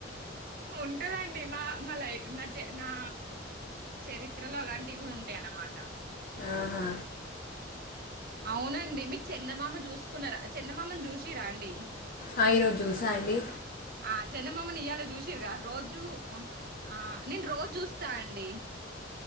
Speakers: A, on the right; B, on the left.
A: ఉంటదండి మా మళ్ళ నా జ నా చరిత్రలో అలాంటివి కూడా ఉంటాయన్నమాట
B: ఆహా
A: అవ్నండి మీకు చందమామ చూసుకున్నారా చందమామని చూసిన్రా అండి
B: ఆ, ఈరోజు చూసా అండి
A: ఆ చందమామని ఇయల చూస్ గా రోజు ఆ నేను రోజు చూస్తా అండి